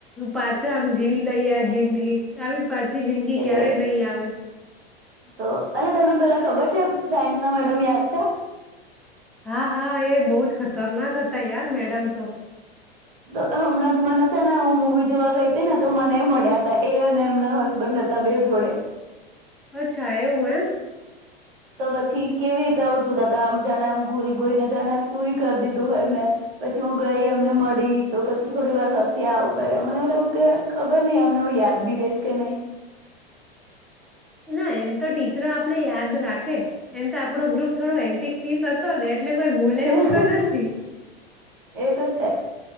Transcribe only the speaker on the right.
એ
તો અને તેને પેલા ખબર છે. સાયન્સ ના મેડમ યાદ છે?
તો હમણાં જ મને છે ને હું મવી જોવા ગઈ હતી ને તો મને મળ્યા તા એ અને એમના હસબન્ડ હતા. બે જોડે.
તો પછી કેવી રીતે આવું જોતા તા આમ જાણે આમ ઘૂરી ગુરીને જાણે સુુંઈ કર દીધું હોય મેં પછી હું ગઈ એમને મળી તો પછી થોડી વાર હસ્યા આવું કર્યા મને એવું લાગું કે ખબર ની અમને હું યાદ બી હઈશ કે નહી.
નહી
એ તો છ